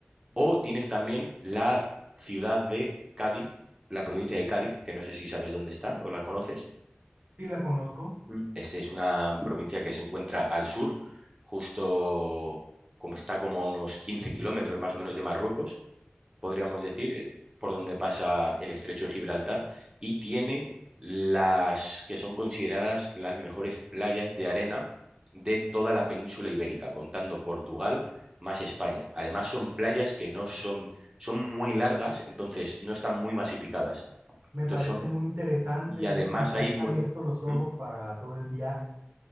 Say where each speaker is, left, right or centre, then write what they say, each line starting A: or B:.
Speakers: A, on the right (about 20°); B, on the right (about 65°).
A: O tienes también la ciudad de Cádiz, la provincia de Cádiz, que no sé si sabes dónde está o la conoces
B: sí la conozco,
A: Mm. Este es una provincia que se encuentra al sur, justo como está como a unos 15 kilómetros más o menos de Marruecos, podríamos decir, eh, por donde pasa el estrecho de Gibraltar, y tiene las que son consideradas las mejores playas de arena de toda la península ibérica, contando Portugal más España. Además, son playas que no son, son muy largas, entonces no están muy masificadas.
B: me
A: Entonces
B: parece
A: son,
B: muy interesante,
A: y además
B: de hecho me
A: hay
B: has
A: muy,
B: abierto los ojos
A: ¿Mm?
B: para todo el viaje.